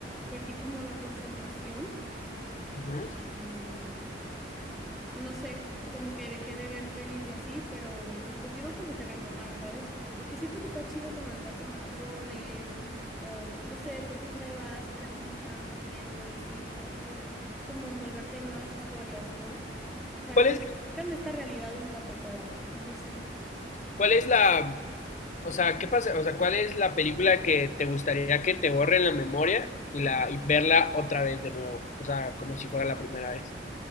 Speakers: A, in the centre; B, on the left (about 45°).
A: perdí como la concentración.
B: ujú.
A: Mm, y no sé, como que dejé de ver pelis y así, pero pues lo quiero como que retomar, ¿sabes? Como porque siento que está chido como aventarte maratones o pues, no sé, pelis nuevas, estar investigando y viendo y así, está cool, como envolverte en nuevas historias, ¿no? O sea,
B: ¿Cuál
A: como
B: es
A: que esta realidad un rato, pero pues no sé.
B: ¿Cuál es la, o sea, qué pasa, o sea, cuál es la película que te gustaría que te borren la memoria y la y verla otra vez de nuevo? O sea, como si fuera la primera vez.